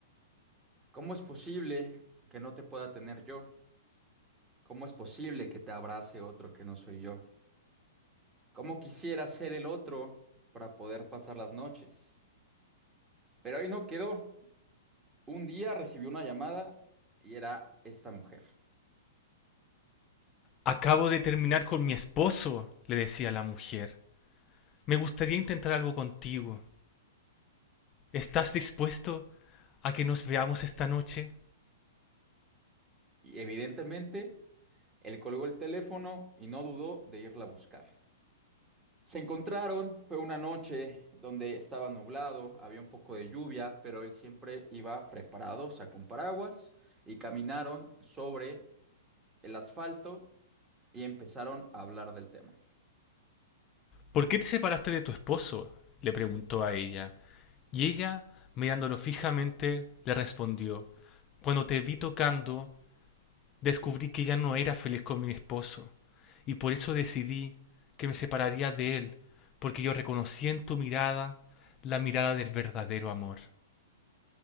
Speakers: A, on the right (about 20°); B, on the left (about 30°).
A: ¿Cómo es posible que no te pueda tener yo? ¿Cómo es posible que te abrace otro que no soy yo? Cómo quisiera ser el otro para poder pasar las noches. Pero ahí no quedó. Un día recibió una llamada y era esta mujer.
B: Acabo de terminar con mi esposo, le decía la mujer. me gustaría intentar algo contigo. ¿Estás dispuesto a que nos veamos esta noche?
A: Y evidentemente, él colgó el teléfono y no dudó de irla a buscar. Se encontraron, fue una noche donde estaba nublado, había un poco de lluvia, pero él siempre iba preparado, sacó un paraguas y caminaron sobre el asfalto y empezaron a hablar del tema.
B: ¿Por qué te separaste de tu esposo? le preguntó a ella. Y ella, mirándolo fijamente, le respondió Cuando te vi tocando, descubrí que ya no era feliz con mi esposo, y por eso decidí que me separaría de él, porque yo reconocí en tu mirada la mirada del verdadero amor.